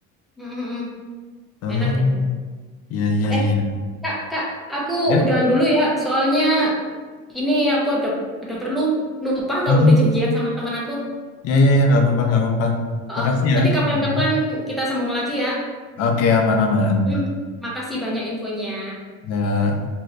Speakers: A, in the centre; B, on the left.
A: Mm, mm, mm.
B: Oh,
A: Enak itu.
B: iya iya
A: Eh,
B: iya.
A: Kak, Kak, aku
B: Ya?
A: udahan dulu ya, soalnya Ini aku ada ada perlu lupa kalau
B: Oh,
A: udah janjian sama teman aku.
B: iya iya iya nggak apa-apa nggak apa-apa.
A: Oh,
B: Makasih
A: oh. nanti
B: ya.
A: kapan-kapan
B: Hmm.
A: kita sambung lagi ya.
B: Oke aman-aman.
A: Hmm, makasih banyak infonya.
B: Ya.